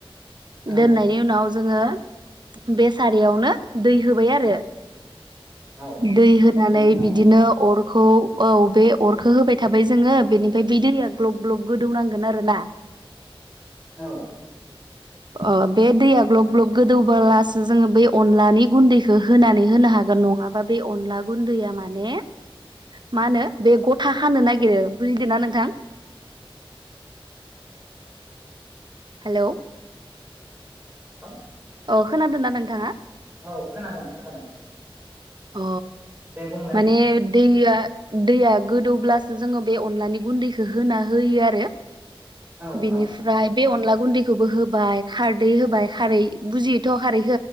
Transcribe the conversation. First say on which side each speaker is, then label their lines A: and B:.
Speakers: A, on the right; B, on the right.
A: औ
B: दोननायनि उनाव जोङो बे सारियावनो दै होबाय आरो
A: औ
B: दै होनानै
A: बेनि उनाव
B: बिदिनो अर खौ औ बे अरखो होबाय थाबाय जोङो बेनिफ्राय बे दैया ग्लब ग्लब गोदौनांगोन आरो ना
A: औ
B: ओ बे दैया ग्लब ग्लब गोदौलासो जोङो बेै अनलानि गुन्दैखौ होनानै होनो हागोन नङाबा बे अनला गुन्दैया माने मा होनो बे गथा हानो नागिरो बुजिदों ना नोंथां हेलौ
A: <unintelligible>
B: अ खोनादोंना नोंथाङा
A: औ खोनादों खोनादों
B: अ
A: दे बुंलाय
B: माने दैया दैया गोदौब्लासो जोङो बे अनलानि गुन्दैखौ होना होयो आरो
A: औ
B: बेनिफ्राय
A: औ
B: बे अनला गुन्दैखौबो होबाय खारदै होबाय खारै बुजियोथ' खारै